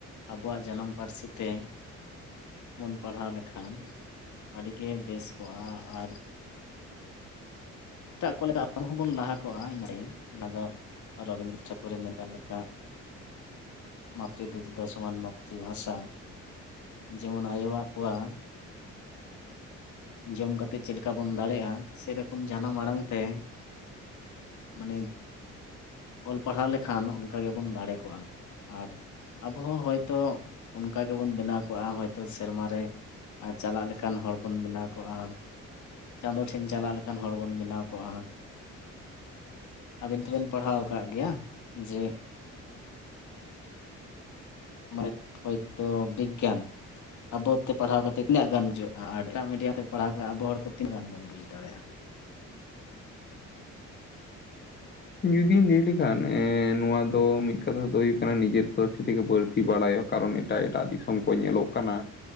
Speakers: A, on the left; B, on the left.
A: ᱟᱵᱚᱣᱟᱜ ᱡᱟᱱᱟᱢ ᱯᱟᱹᱨᱥᱤ ᱛᱮ᱾ ᱵᱚᱱ ᱯᱟᱲᱦᱟᱣ ᱞᱮᱠᱷᱟᱱ, ᱟᱹᱰᱤ ᱜᱮ ᱵᱮᱥ ᱠᱚᱜᱼᱟ ᱾ ᱟᱨ ᱮᱴᱟᱜ ᱠᱚᱞ ᱟᱵ ᱦᱚᱸᱵᱚᱱ ᱞᱟᱦᱟ ᱠᱚᱜᱼᱟ ᱤᱱᱤ ᱴᱟᱭᱤᱢ ᱚᱱᱟ ᱫᱚ ᱾ ᱟᱨ ᱨᱚᱵᱤᱱᱫᱨᱚ ᱴᱷᱟᱠᱩᱨᱮ ᱢᱮᱱᱠᱟᱜ ᱞᱮᱠᱟ ᱾ ᱢᱟᱛᱨᱤ ᱫᱩᱜᱽᱫᱷᱚ ᱥᱚᱢᱟᱱ ᱢᱟᱛᱨᱤ ᱵᱷᱟᱥᱟ᱾ ᱡᱮᱢᱚᱱ ᱟᱭᱳᱣᱟᱜ ᱛᱚᱣᱟ᱾ ᱡᱚᱢ ᱠᱟᱛᱮᱜ ᱪᱮᱫ ᱞᱮᱠᱟ ᱵᱚᱱ ᱫᱟᱲᱮᱭᱟᱜᱼᱟ, ᱥᱮᱨᱚᱠᱚᱢ ᱡᱟᱱᱟᱢ ᱟᱲᱟᱝ ᱛᱮ ᱢᱟᱱᱮ ᱚᱞ ᱯᱟᱲᱦᱟᱣ ᱞᱮᱠᱷᱟᱱ ᱚᱱᱠᱟ ᱜᱮᱵᱚᱱ ᱫᱟᱲᱮ ᱠᱚᱜᱼᱟ ᱟᱨ ᱟᱵᱚ ᱦᱚᱭᱛᱳ ᱚᱱᱠᱟ ᱜᱮᱵᱚᱱ ᱵᱮᱱᱟᱣ ᱠᱚᱜᱼᱟ ᱦᱚᱭᱛᱳ ᱥᱮᱨᱢᱟ ᱨᱮ᱾ ᱟᱨ ᱪᱟᱞᱟᱜ ᱞᱮᱠᱟᱱ ᱦᱚᱲ ᱵᱚᱱ ᱵᱮᱱᱟᱣ ᱠᱚᱜᱼᱟ ᱾ ᱪᱟᱸᱫᱚ ᱴᱷᱮᱱ ᱪᱟᱞᱟᱜ ᱞᱮᱠᱟᱱ ᱦᱚᱲ ᱵᱚᱱ ᱵᱮᱱᱟᱣ ᱠᱚᱜᱼᱟ ᱾ ᱟᱵᱮᱱ ᱛᱚᱵᱮᱱ ᱯᱟᱲᱦᱟᱣ ᱟᱠᱟᱫ ᱜᱮᱭᱟ ᱡᱮ <inaudible> ᱢᱟᱱᱮ ᱦᱚᱭᱛᱳ ᱵᱤᱜᱽᱜᱟᱱ ᱾ ᱟᱵᱚ ᱛᱮ ᱯᱟᱲᱦᱟᱣ ᱠᱟᱛᱮ ᱛᱤᱱᱟᱹᱜ ᱜᱟᱱ ᱵᱩᱷᱟᱹᱜᱼᱟ ᱮᱴᱟᱜ ᱢᱤᱰᱤᱭᱟᱢ ᱛᱮ ᱯᱟᱲᱟᱣ ᱠᱟᱛᱮᱫ ᱟᱵᱚ ᱦᱚᱲ ᱠᱚ ᱛᱤᱱᱟᱹᱜ ᱜᱟᱱ ᱵᱚᱱ ᱵᱩᱡᱽ ᱫᱟᱲᱮᱭᱟᱜᱼᱟ᱾
B: ᱡᱩᱫᱤᱧ ᱞᱟᱹᱭ ᱞᱮᱠᱷᱟᱱ ᱮᱸ ᱱᱚᱣᱟ ᱫᱚ ᱢᱤᱫ ᱠᱟᱛᱷᱟ ᱫᱚ ᱦᱩᱭᱩᱜ ᱠᱟᱱᱟ ᱱᱤᱡᱮᱨ ᱯᱟᱹᱨᱥᱤ ᱛᱮᱜᱮ ᱵᱟᱹᱲᱛᱤ ᱵᱟᱲᱟᱭᱚᱜ ᱾ ᱠᱟᱨᱚᱱ ᱮᱴᱟᱜ ᱮᱴᱟᱜ ᱫᱤᱥᱚᱢ ᱠᱚ ᱧᱮᱞᱚᱜ ᱠᱟᱱᱟ